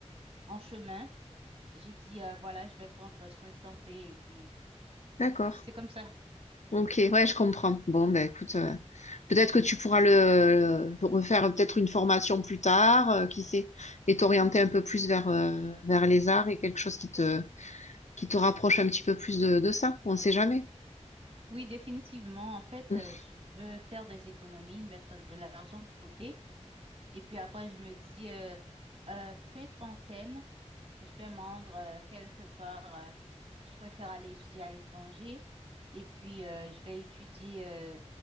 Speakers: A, on the right; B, on the left.
A: en chemin, j'ai dit euh, voilà, je vais prendre soin de santé et puis
B: D'accord.
A: c'est comme ça.
B: Ok, ouais, je comprends. Bon, ben écoute, euh, peut-être que tu pourras le, le- refaire euh, peut-être une formation plus tard, euh, qui sait, et t'orienter un peu plus vers euh, vers les arts et quelque chose qui te qui te rapproche un petit peu plus de, de ça. On sait jamais.
A: Oui, définitivement. En fait,
B: Mm.
A: euh, je veux faire des économies, mettre de l'argent de côté et puis après, je me dis euh, euh, fin trentaine. Je vais me rendre euh, quelque part. euh, je préfère aller étudier à l'étranger et puis euh, je vais étudier euh,